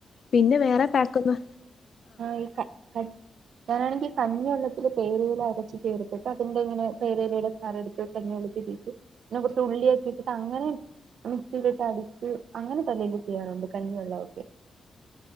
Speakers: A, on the left (about 60°); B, on the right (about 80°).
A: പിന്നെ വേറെ പാക്ക് ഒന്ന്
B: <unintelligible> ഞാനാണെങ്കിൽ കഞ്ഞി വെള്ളത്തില് പേരയില അരച്ചു ചേർത്തിട്ട് അതിന്റെ ഇങ്ങനെ പേരലയുടെ ചാർ എട് <unintelligible> പിന്നെ കൊർച്ച് ഉള്ളി ആക്കിയിട്ട് അങ്ങനെ അഹ് മിക്സിയിട്ട് അടിച്ച് അങ്ങനെ തലേൽ ചെയ്യാറുണ്ട് കഞ്ഞിവെള്ളമൊക്കെ